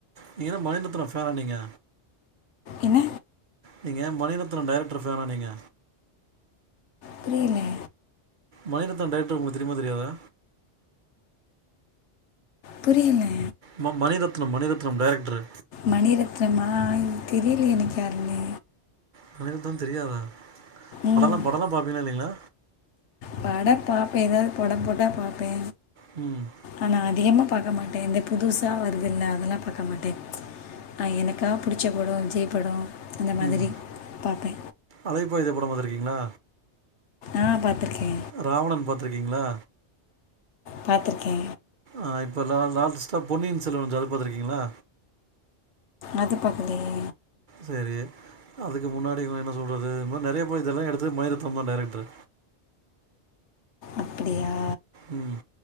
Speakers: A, on the right; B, on the left.
A: நீங்க என்ன மணிரத்னம் ஃபேன நீங்க
B: என்ன
A: நீங்க மணிரத்னம் டேரக்டர் ஃபேனா நீங்க
B: புரியல
A: மணிரத்தினம் டேரக்டர் உங்களுக்கு தெரியுமா தெரியாதா
B: புரியல
A: ம மணிரத்னம் மணிரத்னம் டேரக்டர்ரு
B: மணிரத்னமா தெரியலையே எனக்கு யாருன்னு
A: மணிரத்னம் தெரியாதா
B: ம்
A: படல்லா படல்லா பாப்பீங்ளா இல்லைங்ளா
B: படப் பாப்பே ஏதாவது படம் போட்டா பாப்பே
A: ம்
B: ஆனா அதிகமாக பாக்க மாட்டே இந்த புதுசா வருதுல்ல அதெல்லா பாக்க மாட்டே ஆ எனக்கா புடிச்ச படோ விஜய் படோ அந்த மாதிரி
A: ம்
B: பாப்பே
A: அலைப்பாயுதே படப் பாத்திருக்கீங்ளா
B: ஆ பாத்துருக்கே
A: இராவணன் பாத்துருக்கீங்ளா
B: பாத்திருக்கே
A: ஆ இப்ப லா லாஸ்டா பொன்னியின் செல்வன் வஞ்சு அது பாத்திருக்கீங்ளா
B: அது பாக்கலையே
A: செரி அதுக்கு முன்னாடி எங்கள என்ன சொல்லறது இது மாரி நெறைய பட இதெல்லா எடுத்தது மணிரெத்தினம் டேரக்டரு
B: அப்டியா
A: ம்